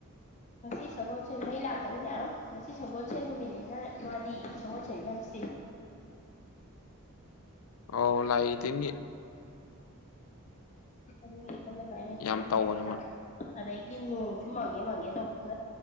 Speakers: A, on the left; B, on the left.
A: ꯉꯁꯤ ꯁꯒꯣꯜꯁꯦ ꯃꯩ ꯂꯥꯛꯇꯃꯤꯅ ꯉꯁꯤ ꯁꯒꯣꯜꯁꯦ ꯅꯨꯃꯤꯠꯅꯤꯅ ꯃꯥꯗꯤ ꯁꯒꯣꯜꯁꯦꯗꯤ ꯌꯥꯝ <inaudible>
B: ꯑꯣ ꯂꯥꯏꯒꯤ ꯇꯤꯟꯒꯤ
A: ꯑꯗꯨꯒꯤ ꯈꯜꯂꯒ ꯑꯩꯅ
B: ꯌꯥꯝ
A: ꯍꯥꯏꯔꯛꯇꯕ
B: ꯇꯧꯕꯅꯦ ꯃꯥ
A: ꯑꯗꯒꯤ ꯅꯣꯡꯁꯨ ꯃꯥꯡꯒꯦ ꯃꯥꯡꯒꯦ ꯇꯧꯕꯗ